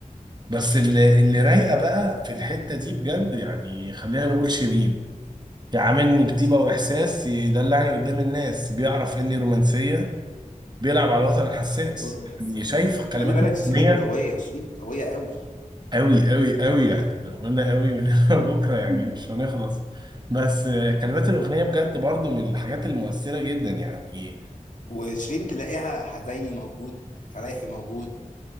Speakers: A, on the right (about 30°); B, on the left (about 65°).
A: بس اللي اللي رايقه بقى في الحته دي بجد يعني خلينا نقول شيرين يعاملني بطيبه
B: شيرين
A: واحساس يدلعني قدام الناس بيعرف اني رومانسيه بيلعب على الوتر الحساس
B: الوطن الحساس
A: يعني شايف كلمات
B: خلي بالك
A: الاغنيه
B: شيرين قويه شيرين قويه قوي
A: قوي قوي قوي يعني لو قلنا قوي من <laughs> بكره يعني مش هنخلص بس آه، كلمات الاغنيه بجد برضو من الحاجات المؤثره جدا يعني
B: وشيرين تلاقيها حزيني موجود فرايحي موجود